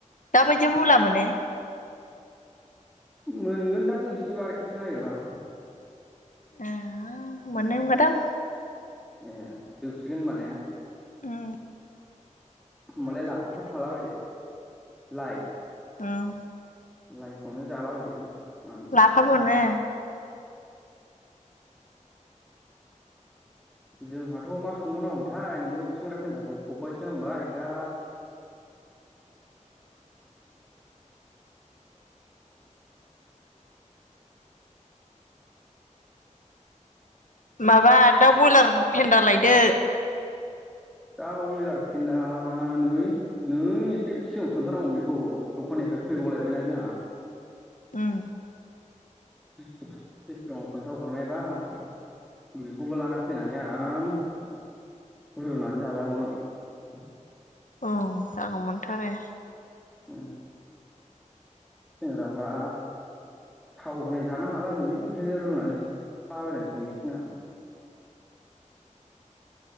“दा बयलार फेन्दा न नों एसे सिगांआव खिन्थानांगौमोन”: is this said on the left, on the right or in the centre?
Centre